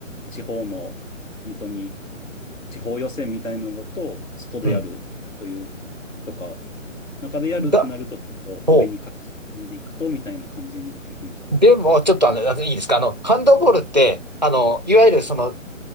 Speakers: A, on the left; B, on the right.
A: 地方の、本当に、地方予選みたいなのだと、外でやるという、
B: うん。
A: とか、中でやるってなると、
B: だ、
A: ちょっと上に書き進んでいくと、
B: ほ
A: みたいな感じになってきます。
B: う。でも、ちょっとあの、あのいいですかあの、ハンドボールって、あの、いわゆるその、